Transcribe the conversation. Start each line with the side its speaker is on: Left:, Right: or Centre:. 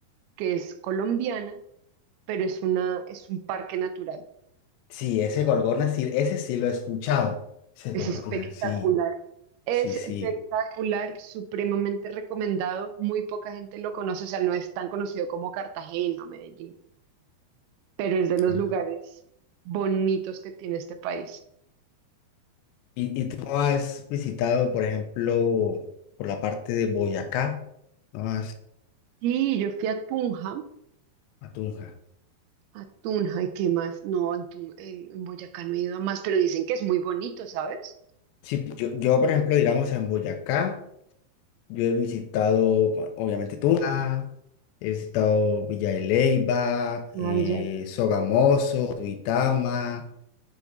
Right: que es colombiana, pero es una, es un parque natural.
Left: Sí, ese Gorgona, sí, ese sí lo he escuchado. Ese
Right: Es
Left: Gorgona,
Right: espectacular.
Left: sí,
Right: Es
Left: sí,
Right: espectacular,
Left: sí.
Right: supremamente recomendado. Muy poca gente lo conoce, o sea, no es tan conocido como Cartagena o Medellín, pero es de los
Left: Ah.
Right: lugares bonitos que tiene este país.
Left: ¿Y, y tú no has visitado, por ejemplo, por la parte de Boyacá? No has
Right: Y yo fui a Tunja,
Left: a Tunja.
Right: a Tunja, ¿y qué más? No, en, Tun- en- en Boyacá no he ido a más, pero dicen que es muy bonito, ¿sabes?
Left: Sí, yo, yo, por ejemplo, digamos, en Boyacá, yo he visitado, bueno, obviamente, Tunja. He visitado Villa de Leyva, eh,
Right: Ah, Villa de Leyva.
Left: Sogamoso, Duitama,